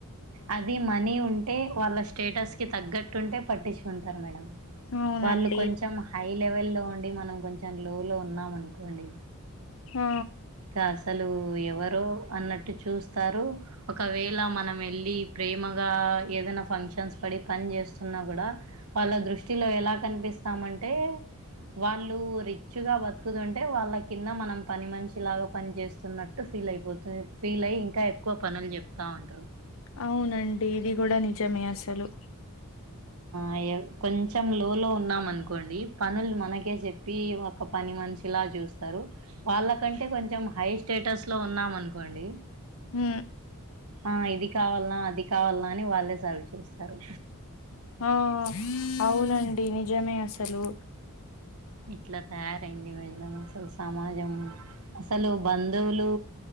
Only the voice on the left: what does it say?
అవునండి
ఆ
అవునండి ఇది కూడా నిజమే అస్సలు
హు
ఆ అవునండి నిజమే అసలు